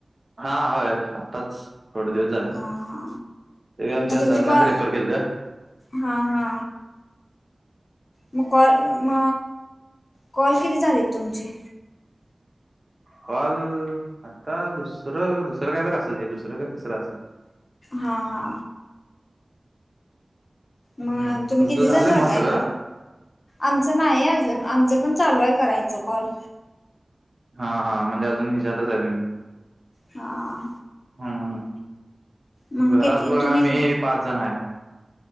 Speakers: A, on the right; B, on the left.
A: हा होय आत्ताच, थोडे दिवस झालं,
B: हा हा
A: ते बी आमच्या
B: मग तुमची
A: सरांनेच
B: कॉ
A: रेफर केलंत.
B: हा हा म कॉल म, कॉल किती झालेत तुमचे?
A: काॅल आता दुसरं, दुसरं काय तर असलं हे, दुसरं काय तिसरं असलं.
B: हा, हा. मग,
A: हम्म
B: तुम्ही
A: तुमचं
B: किती
A: झालंय
B: जण राहताय.
A: मग सगळं
B: आमचं नाही अजून, आमचं पण चालू आहे करायचं कॉल.
A: हा, हा म्हणजे अजून ह्याच्यातच आहे तुम्ही.
B: हां.
A: हा हा,
B: मग
A: घरात
B: किती
A: बघा
B: तुम्ही
A: आम्ही पाच जण आहे.